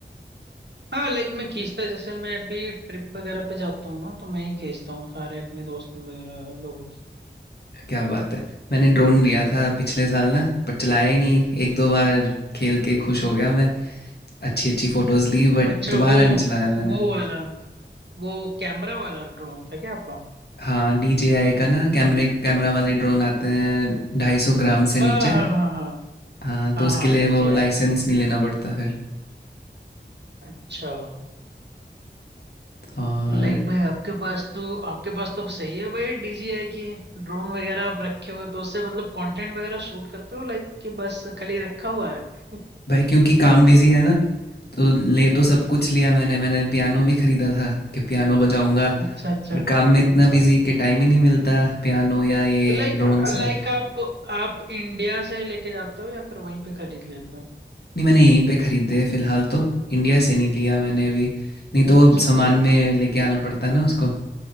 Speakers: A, on the right; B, on the left.
A: हाँ लाइक मैं खींचता जैसे मैं अभी ट्रिप वगैरह पे जाता हूँ ना तो मैं ही खींचता हूँ सारे अपने दोस्त वगैरह लोगों की
B: क्या बात है मैंने ड्रोन लिया था पिछले साल ना पर चलाया ही नहीं एक दो बार खेल के खुश हो गया मैं अच्छी अच्छी फोटोज ली
A: वो-
B: बट
A: अच्छा
B: दोबारा
A: वो
B: नहीं चलाया मैंने
A: वो वाला वो कैमरा वाला ड्रोन था क्या आपका
B: हाँ DJI का ना कैमरे कैमरा वाले ड्रोन आते हैं ढाई सौ ग्राम से
A: हाँ
B: नीचे
A: हाँ हाँ हाँ
B: हाँ तो
A: हाँ
B: उसके
A: हाँ
B: लिए
A: डीजीआई
B: वो लाइसेंस नहीं लेना पड़ता फिर
A: अच्छा
B: और
A: तो लाइक भाई आपके पास तो आपके पास तो सही है भाई DJI की ड्रोन वगैरह आप रखे हुए तो उससे मतलब कंटेंट वगैरह शूट करते हो लाइक कि बस खाली रखा हुआ है <laughs>
B: भाई क्योंकि काम बिजी है ना तो ले तो सब कुछ लिया मैंने मैंने पियानो भी खरीदा था कि पियानो बजाऊंगा
A: अच्छा अच्छा
B: पर काम में इतना
A: अच्छा
B: बिजी कि टाइम ही नहीं मिलता पियानो या ये
A: तो लाइक
B: ड्रोन से।
A: लाइक आप आप इंडिया से लेके जाते हो या फिर वहीं पे खरीद लेते हो
B: नहीं मैंने यहीं पे खरीदे फिलहाल तो इंडिया से नहीं लिया मैंने अभी नहीं तो
A: अच्छा
B: वो सामान
A: अच्छा
B: में लेके आना पड़ता है ना उसको